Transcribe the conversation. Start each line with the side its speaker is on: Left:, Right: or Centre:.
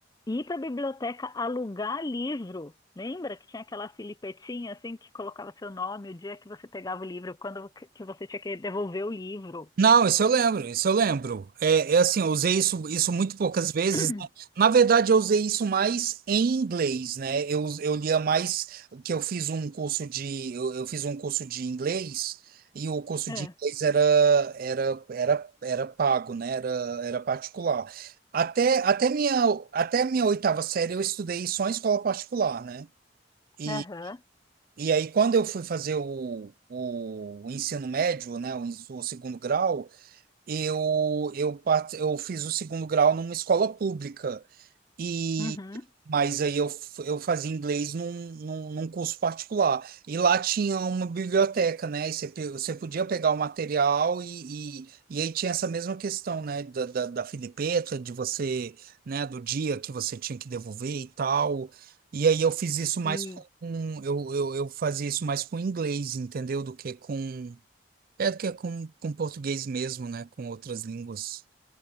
Left: ir para a biblioteca alugar livro. Lembra que tinha aquela filipetinha assim que colocava seu nome, o dia que você pegava o livro, quando que que você tinha que devolver o livro?
Right: Não, isso eu lembro, isso eu lembro. É, é assim, eu usei isso, isso muito poucas vezes.
Left: <coughs>
Right: né? Na verdade, eu usei isso mais em inglês, né? Eu, eu lia mais que eu fiz um curso de eu, eu fiz um curso de inglês e o curso
Left: É,
Right: de inglês era era era, era pago, né? Era, era particular. Até até minha até minha oitava série eu estudei só em escola particular, né? E,
Left: aham,
Right: e aí, quando eu fui fazer o, o, ensino médio, né, o, ens- o segundo grau, eu eu, part- eu fiz o segundo grau numa escola pública e
Left: uhum.
Right: mas aí eu, f- eu fazia inglês num, num, num curso particular e lá tinha uma biblioteca né e você, pe- você podia pegar o material e, e, e aí tinha essa mesma questão né da, da, da filipeta de você né do dia que você tinha que devolver e tal e aí eu fiz isso mais
Left: E,
Right: com eu, eu, eu fazia isso mais com inglês entendeu do que com é que é com, com português mesmo, né? Com outras línguas.